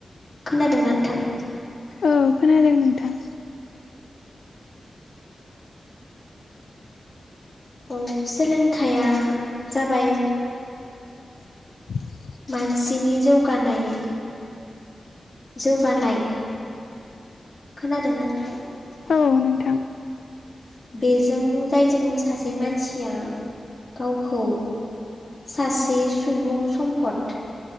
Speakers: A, on the left (about 25°); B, on the left (about 80°).
A: खोनादोंना नोंथां
B: औ खोनादों नोंथां
A: औ सोलोंथाइया जाबाय
B: <unintelligible>
A: मानसिनि जौगानाय जौगानाय खोनादोंना नोंथां
B: औ न
A: औ बेजों जायजों सासे मानसिया गावखौ सासे सुबुं सम्फद